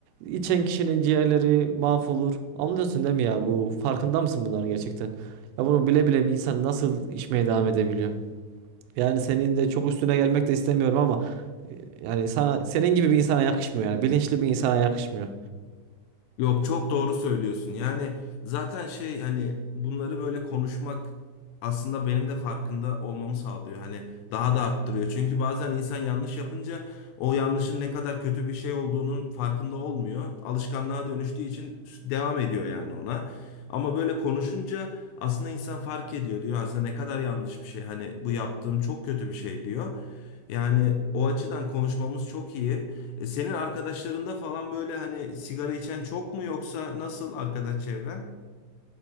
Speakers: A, on the right (about 85°); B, on the left (about 85°).
A: İçen kişinin ciğerleri mahvolur. Anlıyorsun değil mi ya? Bu farkında mısın bunların gerçekten? Ya bunu bile bile bir insan nasıl içmeye devam edebiliyor? Yani senin de çok üstüne gelmek de istemiyorum ama e, yani sana senin gibi bir insana yakışmıyor yani bilinçli bir insana yakışmıyor.
B: Yok çok doğru söylüyorsun. Yani zaten şey hani bunları böyle konuşmak aslında benim de farkında olmamı sağlıyor. Hani daha da arttırıyor. Çünkü bazen insan yanlış yapınca o yanlışın ne kadar kötü bir şey olduğunun farkında olmuyor. Alışkanlığa dönüştüğü için devam ediyor yani ona. Ama böyle konuşunca aslında insan fark ediyor diyor aslında ne kadar yanlış bir şey. Hani bu yaptığım çok kötü bir şey diyor. Yani o açıdan konuşmamız çok iyi. E, senin arkadaşlarında falan böyle hani sigara içen çok mu yoksa nasıl arkadaş çevren?